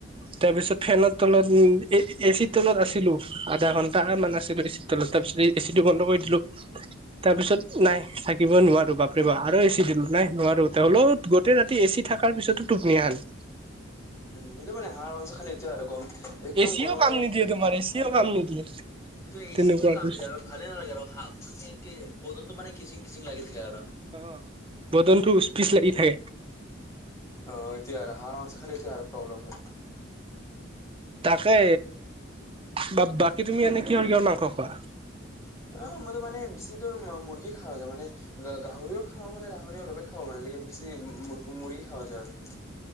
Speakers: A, on the right; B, on the left.
A: তাৰ পিছত ফেনৰ তলত এ এ চিৰ তলত আছিলো। আধা ঘন্টা মান আছিলো এচিৰ তলত তাৰপিছত এচি টো বন্ধ কৰি দিলো। তাৰপিছত নাই থাকিব নোৱাৰো বা, বাপ যি বা আৰু এচি দিলো নাই নোৱাৰো হলো গোটেই ৰাতি এচি থকাৰ পিছতো টোপনি নাহে,
B: উম নিজৰ মানে হাঁহৰ মাংস খালী, কম একদম
A: এচিও
B: গৰম
A: কাম
B: লাগে। এচিবোৰো
A: নিদিয়ে তোমাৰ এচিও কাম নিদিয়ে তেনেকুৱা
B: কাম
A: বস্তু
B: নিদিয়ে আৰু ভালে নালাগে আৰু হ বদনটো মানে কিজিং কিজিং লাগি থাকে আৰু
A: অ বদনটো উচ পিচ লাগি থাকে।
B: অ এতিয়া হাঁহৰ মাংস খালে এইটোয়ে প্ৰব্লেম হয়।
A: তাকে বা বাকী তুমি এনে কিহৰ কিহৰ মাংস খোৱা?
B: অ মইতো মানে বেছি দৰ মুৰ্গী খাও মানে গাহৰিও খাওঁ, খাওঁ মানে গাহৰি অলপ খাও মানে লেকিন বেছি ম মুৰ্গী খাও যায় আৰু